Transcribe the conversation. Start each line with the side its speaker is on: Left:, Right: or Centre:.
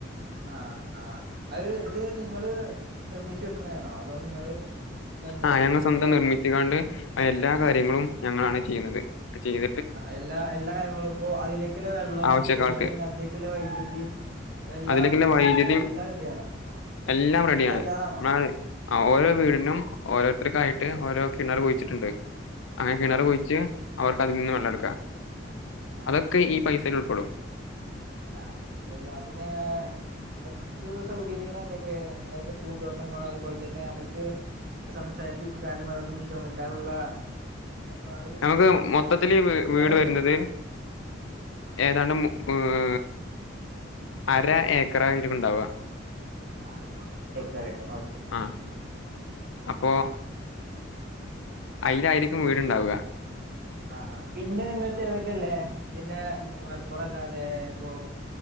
Right: ആഹ് ആഹ് <unintelligible> ത് നിങ്ങള് നിർമ്മിച്ചു വെക്കുന്ന ആണോ അതോ നിങ്ങള് മേടിക്കണതാ
Left: ആഹ് ഞങ്ങൾ സ്വന്തം നിർമ്മിച്ച് കാണ്ട് എല്ലാ കാര്യങ്ങളും ഞങ്ങളാണ് ചെയ്യുന്നത്, അത് ചെയ്തി
Right: ആഹ് എല്ലാ എല്ലാ കാര്യങ്ങളും ഇപ്പോ അതിലേക് ല വെള്ളോ
Left: ആവശ്യക്കാർക്ക്
Right: അതുപോൽ തന്നെ അതി ക്ക്ല്ല വൈദ്യുതിയും അതെല്ലാം
Left: അതിലേക്കുള്ള വൈദ്യുതി
Right: സെറ്റ് എല്ലാം റെഡിയാണോ?
Left: എല്ലാം റെഡിയാണ്
Right: ഇപ്പ തയ്യാറാണോ?
Left: <unintelligible> ഓരോ വീടിനും ഓരോരുത്തർക്കായിട്ട് ഓരോ കിണറ് കുഴിച്ചിട്ടുണ്ട്. അങ്ങനെ കിണർ
Right: ആഹ്
Left: കുഴിച്ച് അവർക്ക് അതിൽ നിന്ന് വെള്ളടുക്കാം,
Right: ആഹ്
Left: അതൊക്കെ ഈ പൈസേൽ ഉൾപ്പെടും.
Right: ആഹ് അതെല്ലാം പിന്നെ മറ്റു സൗകര്യങ്ങൾ എന്തൊക്കെ അതായത് പൂന്തോട്ടങ്ങള് അതുപോലെ തന്നെ നമുക്ക് സംസാരിച്ചിരിക്കാനും <unintelligible> വിശ്രമിക്കാനുള്ള <unintelligible> ഒരു
Left: നമുക്ക് മൊത്തത്തിൽ
Right: സ്ഥലോണ്ടോ?
Left: വീട് വരുന്നത് ഏതാണ്ട് മു എഹ് അര ഏക്കറായിരിക്കും ഉണ്ടാവ.
Right: ആഹ് അര ഏക്കറ് ഓ
Left: ആഹ് അപ്പോ അയ്ലായിരിക്കും വീട്ണ്ടാവുക.
Right: ആഹ് ആഹ് പിന്നെ നിങ്ങട്ത്ത് ഇതൊക്കെല്ലേ പിന്നെ എന്താ മൽപ്പുറം അല്ലാതെ ഇപ്പോ